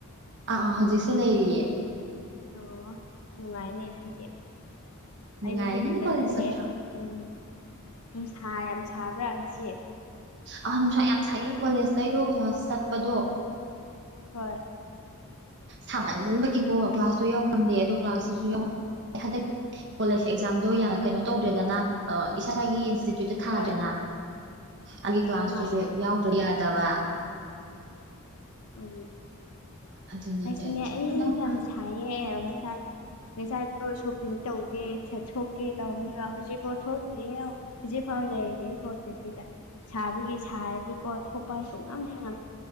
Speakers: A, on the right; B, on the left.
A: ꯑꯥ ꯑꯥ ꯍꯧꯖꯤꯛꯁꯦ ꯂꯩꯔꯤꯌꯦ
B: ꯑꯣ ꯎꯅꯨꯡꯉꯥꯏꯅꯦꯅꯦ ꯑꯩꯗꯤ
A: ꯅꯨꯡꯉꯥꯏꯌꯦ
B: ꯌꯗꯗꯑꯦ
A: ꯅꯪꯗꯤ ꯀꯣꯂꯦꯖ ꯆꯠꯇ꯭ꯔꯣ
B: ꯎꯝ ꯝꯁꯥ ꯌꯥꯝ ꯁꯥꯕ꯭ꯔꯥ ꯉꯁꯤꯦ
A: ꯑ ꯅꯨꯡꯁꯥ ꯌꯥꯝ ꯁꯥꯏꯌꯦ ꯀꯣꯂꯦꯖꯇ ꯑꯩꯗꯣ ꯀ꯭ꯂꯥꯁ ꯆꯠꯄꯗꯣ
B: ꯍꯣꯏ
A: ꯁꯥꯃꯟꯕꯒꯤꯀꯣ ꯀ꯭ꯂꯥꯁꯇꯣ ꯌꯥꯎꯐꯝꯗꯦ ꯑꯗꯣ ꯀ꯭ꯂꯥꯁꯇꯁꯨ ꯌꯥꯎ ꯍꯟꯗꯛ ꯀꯣꯂꯦꯖ ꯑꯦꯛꯖꯥꯝꯗꯣ ꯌꯥꯝꯅ ꯀꯩꯅꯣ ꯇꯧꯗ꯭ꯔꯦꯗꯅ ꯏꯁꯥꯒꯤ ꯏꯟꯇꯤꯇ꯭ꯌꯨꯠꯇ ꯊꯥꯖꯅ
B: ꯍꯣꯏ
A: ꯑꯩꯒꯤ ꯀ꯭ꯂꯥꯁꯇꯨꯁꯨ
B: ꯃꯥꯅꯦ
A: ꯌꯥꯎꯗ ꯌꯥꯗꯕ
B: ꯎ
A: ꯑꯗꯨꯅꯦ
B: ꯂꯥꯏꯁꯨꯅꯦ
A: ꯇꯧꯔꯤꯁꯦ
B: ꯑꯩ
A: ꯅꯪ
B: ꯌꯥꯝ
A: ꯑꯥ
B: ꯁꯥꯏꯌꯦ ꯉꯁꯥꯏ ꯉꯁꯥꯏꯗ ꯁꯣꯄꯤꯡ ꯇꯧꯒꯦ ꯆ ꯁꯣꯛꯀꯦ ꯇꯧꯅꯤꯕ ꯍꯧꯖꯤꯛꯐꯥꯎ ꯊꯣꯛꯇ꯭ꯔꯤꯌꯦ ꯍꯧꯖꯤꯛꯐꯥꯎ ꯂꯩꯔꯤꯦ ꯈꯣꯠꯇꯕꯤꯗ ꯁꯥꯕꯒꯤ ꯁꯥꯔꯗꯤꯀꯣ ꯊꯣꯛꯄ ꯍꯥꯏꯁꯨ ꯉꯝꯅ ꯉꯝ